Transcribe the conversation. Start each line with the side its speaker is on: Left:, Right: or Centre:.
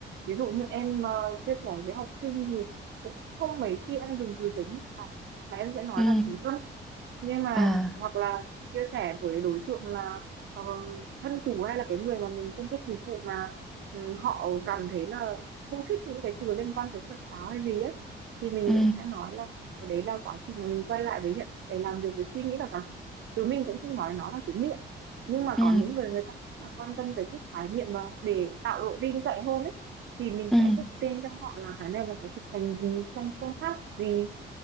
Right: Ví dụ như em ờ, chia sẻ với học sinh thì cũng không mấy khi em dùng từ chấn định cả. mà em sẽ nói
Centre: ừ
Right: là chú tâm nhưng mà
Centre: à
Right: hoặc là chia sẻ với đối tượng là ờ, thân chủ hay là cái người mà mình cung cấp dịch vụ mà ừ, họ cảm thấy là không thích những cái từ liên quan tới Phật giáo hay gì ấy thì mình
Centre: ừ
Right: cũng sẽ nói là ở đấy là quá trình mà mình quay lại với hiện để làm việc với suy nghĩ và cảm xúc chứ mình cũng không nói nó là chính niệm nhưng mà
Centre: ừ
Right: có những người người ta cũng là quan tâm tới chất khái niệm và để tạo độ tin cậy hơn ấy thì mình
Centre: ừ
Right: sẽ tự tin cho họ là cái này là phải thực hành gì trong phương pháp gì